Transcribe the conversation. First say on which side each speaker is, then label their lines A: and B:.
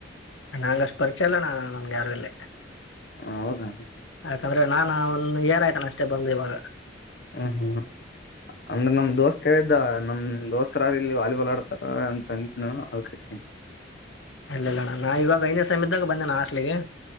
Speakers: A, on the left; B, on the left.
A: ನಂಗ ಅಷ್ಟು ಪರಿಚಯ ಅಲ್ಲಣ ನಮ್ಗೆ ಯಾರು ಇಲ್ಲ
B: ಹೌದ ಏನು
A: ಯಾಕಂದ್ರೆ ನಾನ ಒಂದು ಇಯರ್ಹತ್ತೂ ಅಷ್ಟೇ ಬಂದ ಇವಾಗ
B: ಹ್ಮ್ ಅಂದ್ರ ನಮ್ ದೋಸ್ತ್ ಹೇಳಿದ್ದ ನಮ್ ದೋಸ್ತಾರ ಇಲ್ಲಿ ವಾಲಿಬಾಲ್ ಆಡ್ತಾರ ಅಂತಂದ್ ನ ಅದುಕ್ಕೆ ಕೆಲೇನ <inaudible>
A: ಇಲ್ಲ ಇಲ್ಲಣ್ಣ ನಾ ಇವಾಗ ಐದನೇ ಸಮಯ್ದಾಗ ಬಂದೆನ ಹಾಸ್ಟೆಲ್ಗೆ